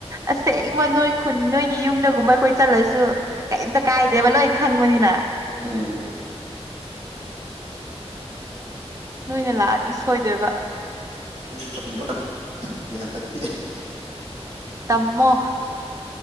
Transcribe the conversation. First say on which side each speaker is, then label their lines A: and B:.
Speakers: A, on the right; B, on the right.
A: ꯑꯁꯦꯡꯕ
B: ꯎꯝ
A: ꯅꯣꯏ ꯈꯨꯟ ꯅꯣꯏꯒꯤ ꯌꯨꯝꯗꯒꯨꯝꯕ ꯑꯩꯈꯣꯏ ꯆꯠꯂꯁꯨ ꯀꯩꯝꯇ ꯀꯥꯏꯗꯦꯕ ꯂꯣꯏꯅ ꯈꯪꯕꯅꯤꯅ
B: ꯎꯝ
A: ꯅꯣꯏꯅ ꯂꯥꯛꯑꯗꯤ ꯁꯣꯏꯗꯣꯏꯕ
B: <inaudible> ꯍꯟꯗꯛꯇꯤ
A: ꯇꯝꯃꯣ